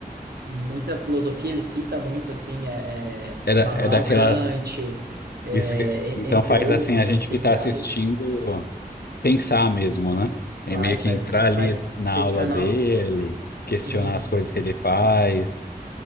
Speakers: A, on the right (about 80°); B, on the left (about 80°).
A: muita filosofia, ele cita muito, assim, é, é,
B: É, da-
A: Manuel
B: é daquelas.
A: Kant, é,
B: Isso que, então
A: e- entre
B: faz
A: outros,
B: assim a gente
A: assim,
B: que está
A: sabe?
B: assistindo pensar mesmo, né? É
A: Faz,
B: meio que
A: faz,
B: entrar ali
A: faz
B: na
A: questionar
B: aula dele, questionar
A: isso,
B: as coisas que ele faz,